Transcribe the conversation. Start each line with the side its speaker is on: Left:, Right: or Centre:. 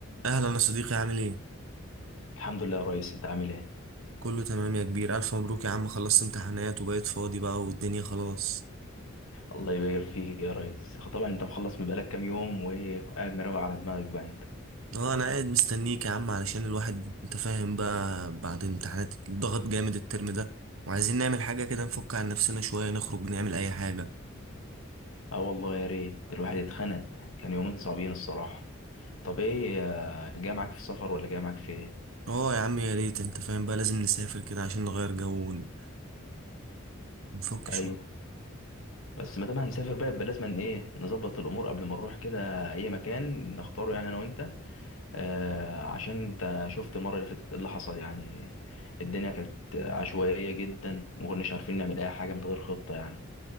Right: اهلا يا صديقي عامل ايه
Left: الحمد لله يا ريس انت عامل ايه
Right: كله تمام يا كبير الف مبروك يا عم خلصت امتحانات وبقيت فاضي بقى والدنيا خلاص
Left: الله يبارك فيك يا ريس طبعا انت مخلص من بقالك كام يوم وايه وقاعد مروق على دماغك بقى انت
Right: اه انا قاعد مستنيك يا عم علشان الواحد انت فاهم بقى بعد امتحانات الضغط جامد الترم ده وعايزين نعمل حاجه كده نفك عن نفسنا شويه نخرج نعمل اي حاجه
Left: اه والله يا ريت الواحد اتخنق كان يومين صعبين الصراحه طب ايه آه، جاي معاك في السفر ولا جاي معاك في ايه
Right: اه يا عم يا ريت انت فاهم بقى لازم نسافر كده عشان نغير جو ون- ونفك شويه
Left: ايوه بس ما دام هنسافر بقى يبقى لازم ايه نظبط الامور قبل ما نروح كده اي مكان نختاره يعني انا وانت آه عشان انت شفت المره اللي فاتت ايه اللي حصل يعني الدنيا كانت عشوائيه جدا وما كناش عارفين نعمل اي حاجه من غير خطه يعني